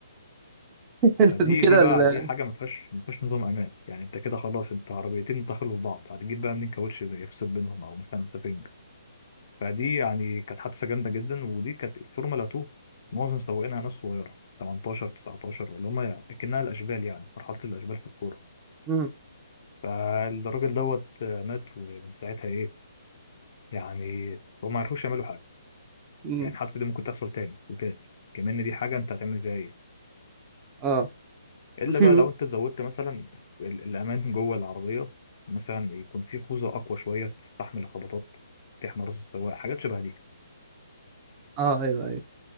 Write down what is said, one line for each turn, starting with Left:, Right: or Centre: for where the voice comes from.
Right: <laughs>
Left: فدي
Right: كده
Left: دي بقى
Right: ال
Left: دي حاجه ما فيهاش ما فيهاش نظام امان يعني انت كده خلاص انت عربيتين دخلوا في بعض هتجيب بقى منين كاوتش يفصل بينهم او مثلا سفنج فدي يعني كانت حادثه جامده جدا ودي كانت فورمولا 2 معظم سواقينها ناس صغيره 18 19 اللي هم يعني اكنها الاشبال يعني مرحله الاشبال في الكوره
Right: مم.
Left: فالراجل دوت آه، مات ومن ساعتها ايه يعني هم ما عرفوش يعملوا حاجه
Right: مم.
Left: يعني الحادثه دي ممكن تحصل تاني وتالت كمان دي حاجه انت هتعمل فيها ايه
Right: اه
Left: الا
Right: في
Left: بقى لو انت زودت مثلا ال- الامان جوه العربيه مثلا يكون في خوذه اقوى شويه تستحمل الخبطات تحمي راس السواق حاجات شبه دي
Right: اه ايوه ايوه